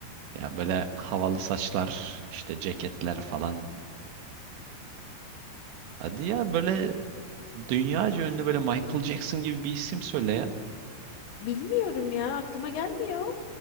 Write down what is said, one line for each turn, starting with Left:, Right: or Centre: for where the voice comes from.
Right: Ya böyle havalı saçlar, işte ceketler falan. Hadi ya böyle Dünyaca ünlü böyle Michael Jackson gibi bir isim söyle ya.
Left: Bilmiyorum ya aklıma gelmiyor.